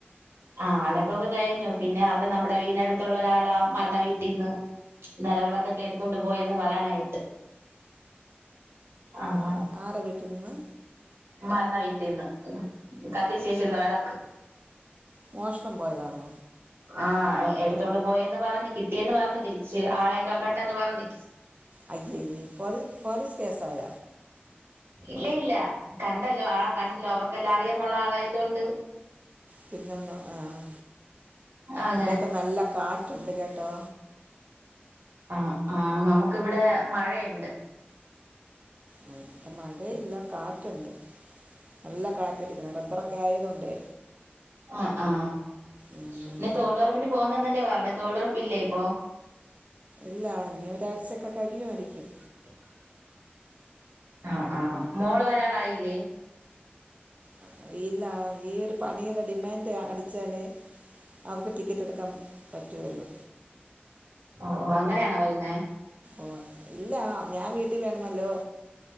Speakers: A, on the right (about 85°); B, on the right (about 35°).
A: ആഹ് അടക്കൊക്കെ കഴിഞ്ഞു പിന്നെ അവിടെ നമ്മുടെ വീടിനടുത്തുള്ള ഒരാളാ മരണ വീട്ടീന്ന് നില വിളക്കൊക്കെ എടുത്തോണ്ട് പോയെന്ന് പറേണ കേട്ട് അങ്ങനെ
B: അ ആഹ് ആരെ വീട്ടിന്ന്
A: മരണ വീട്ടിന്ന് കത്തിച്ചെച്ചീള വിളക്ക്
B: മോഷണം പോയതാണോ
A: ആഹ് എടുത്തോണ്ട് പോയെന്ന് പറഞ്ഞ് കിട്ടിയെന്ന് പറഞ്ഞ് തിരിച്ച് ആളേക്കെ കണ്ടെന്ന് പറഞ്ഞ്
B: അയ് ശെരി പോലീ പോലീസ് കേസായ
A: ഇല്ല ഇല്ല കണ്ടല്ലോ ആളെ കണ്ടല്ലോ അവർക്കെല്ലാ അറിയന്നുള്ള ആളായതൊണ്ട്
B: പിന്നെ ഒന്നു ആഹ്
A: അങ്ങനെ
B: ഇവിടെക്കെ നല്ല കാറ്റുണ്ട് കേട്ടോ
A: ആഹ് ആഹ് നമുക്കിവിടെ മഴയ്ണ്ട്
B: ഉം ഇപ്പം മഴയില്ല കാറ്റുണ്ട് നല്ല കാറ്റടിക്കുന്നത് റബ്ബറൊക്കെയായതോണ്ടേ
A: ആഹ് ആഹ്
B: ഉം.
A: പിന്നെ തോളുറപ്പിന് പോകുന്നന്നല്ലേ പറഞ്ഞ തോളുറപ്പില്ലേ ഇപ്പോ
B: ഇല്ലാ ഇനി ഒരാഴ്ചൊക്കെ കഴിയുയായിരിക്കും
A: <inaudible> ആഹ് ആഹ് മോള് വരാറായില്ലേ
B: അ ഇല്ലാ ഈ ഒരു പണിയുടെ ഡിമാൻഡ് അടിച്ചാല് അവക്ക് ടിക്കറ്റ് എടുക്കാൻ പറ്റു ഉള്ളൂ
A: ഓ ഓ അങ്ങനെയാണോ വരുന്നേ
B: ഓഹ് ഇല്ലാ ഞാൻ വീട്ടിൽ വേണമല്ലോ